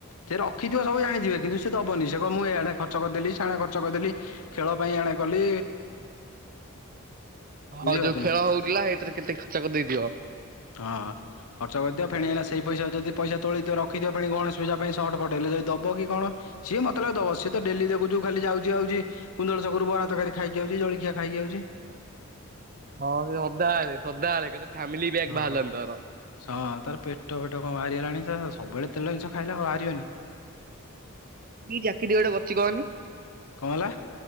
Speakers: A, on the left; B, on the right.
A: ସେ ରଖିଥିବ ସବୁ ଜାଣିଥିବେ କିନ୍ତୁ ସେ ଦବନି ସେ ମୁଁ ଏଣେ ଖର୍ଚ୍ଚ କରିଦେଲି ସେଣେ ଖର୍ଚ୍ଚ କରିଦେଲି। ଖେଳ ପାଇଁ ଏଣେ କଲି।
B: ହଁ
A: ବୁଝିପାରୁଛୁ
B: ଯୋଉ
A: ନା
B: ଖେଳ ହଉଥିଲା ସେଇଥିରେ କେତେ ଖର୍ଚ୍ଚ କରି ଦେଇଥିବ?
A: ହଁ। ଖର୍ଚ୍ଚ କରିଥିବ ଫେଣେ ଏଇନା ସେଇ ପଇସା ଯଦି ପଇସା ତୋଳଥିବ ରଖିଥିବ ଫେଣି ଗଣେଶ ପୂଜା ପାଇଁ ସଟ୍ ଫଟ୍ ହେଲେ ଯଦିଦବକି କଣ ସିଏ ମତେ ଲାଗୁଚି ଦବ ସିଏତ ଡେଲି ଦେଖୁଚୁ ଖାଲି ଯାଉଚି ଆଉଚି କୁନ୍ଦଳ ଛକରୁ ବରା ତକାରି ଖାଇକି ଆଉଚି ଜଳଖିଆ ଖାଇକି ଯାଉଚି।
B: ହଁ ସେ ସଦାବେଳେ ସଦାବେଳେ କେତେ ଫାମିଲି ପ୍ୟାକ୍
A: ହଁ।
B: ବାହାରିଲାନି ତାର
A: ହଁ ତାର ପେଟ ଫେଟ କଣ ବାହାରିଗଲାଣି ସବୁବେଳେ ତେଲ ଜିନିଷ ଖାଇଲା ଆଉ ବାହାରିବନି।
B: କି ଚାକିରି ଗୋଟେ କରିଚି କହନି?
A: କଁ ହେଲା?